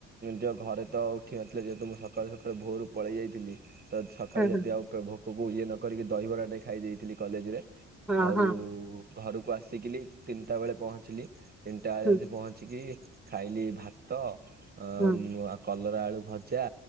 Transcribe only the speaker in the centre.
ହଁ
ହଁ
ହଁ
ହଁ
ହୁଁ
ହୁଁ